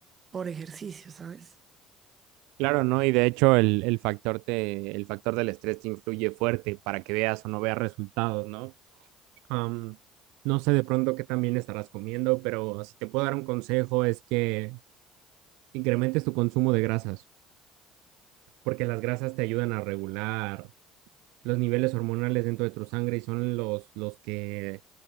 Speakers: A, on the right; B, on the right.
A: por ejercicio, ¿sabes?
B: Claro, ¿no? Y de hecho el, el factor te, el factor del estrés te influye fuerte para que veas o no veas resultados, ¿no? Am, no sé de pronto qué también estarás comiendo, pero si te puedo dar un consejo es que incrementes tu consumo de grasas, porque las grasas te ayudan a regular los niveles hormonales dentro de tu sangre y son los, los que